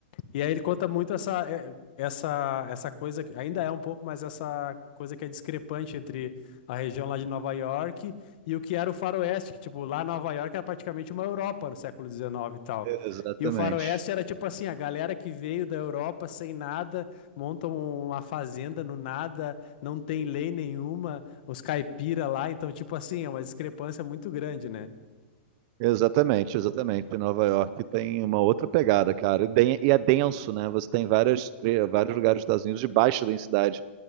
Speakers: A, on the left; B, on the right.
A: E aí ele conta muito essa, eh, essa, essa coisa, que- ainda é um pouco, mas essa coisa que é discrepante entre a região lá de Nova York e o que era o Faroeste, que, tipo, lá Nova York era praticamente uma Europa no século XIX e tal.
B: Exatamente.
A: E o Faroeste era, tipo assim, a galera que veio da Europa sem nada, montam uma fazenda no nada, não tem lei nenhuma, os caipira lá, então, tipo assim, é uma discrepância muito grande, né?
B: Exatamente, exatamente. Nova York tem uma outra pegada, cara. E den- e é denso, né? Você tem várias, tre- vários lugares dos Estados Unidos de baixa densidade,